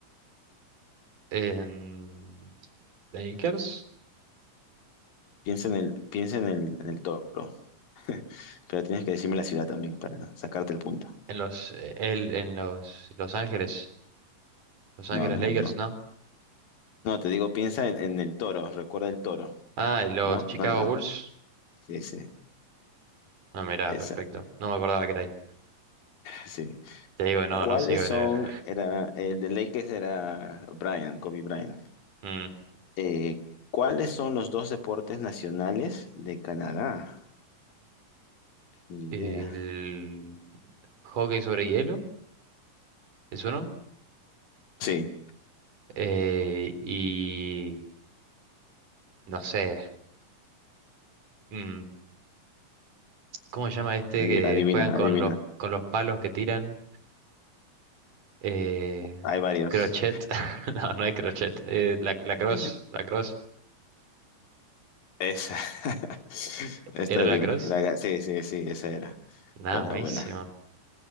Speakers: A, on the right (about 65°); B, on the left (about 85°).
A: En- Lakers.
B: Piensa en el, piensa en el, en el toro. <laughs> Pero tienes que decirme la ciudad también para sacarte el punto.
A: En los, eh, el, en los Los Ángeles, Los Ángeles
B: No, no,
A: Lakers,
B: no. No,
A: ¿no?
B: No, te digo, piensa en, en el toro. Recuerda el toro.
A: Ah, y los
B: ¿No?
A: Chicago
B: ¿No, no?
A: Bulls.
B: Sí, sí.
A: No, mirá,
B: Esa.
A: perfecto. No me acordaba que era ahí.
B: Sí.
A: Te digo, no,
B: ¿Cuáles
A: no sigo en
B: son?
A: el... <laughs>
B: Era, el de Lakers era Brian, Kobe Bryant.
A: Mm.
B: Eh, ¿cuáles son los dos deportes nacionales de Canadá? Ni
A: El
B: idea.
A: hockey sobre hielo es uno.
B: Sí.
A: Eh, y no sé. mm, ¿Cómo se llama este
B: Adi-
A: que
B: Adivina,
A: juegan con
B: adivina.
A: los con los palos que tiran? Eh,
B: Hay varios.
A: crochet. <laughs> No, no es crochet. eh, la, la cross.
B: Mm.
A: La cross.
B: Esa. <laughs> Está
A: ¿Era la
B: bien.
A: cross?
B: La ga- sí, sí, sí, esa era.
A: Nada,
B: Buena,
A: buenísimo.
B: buena.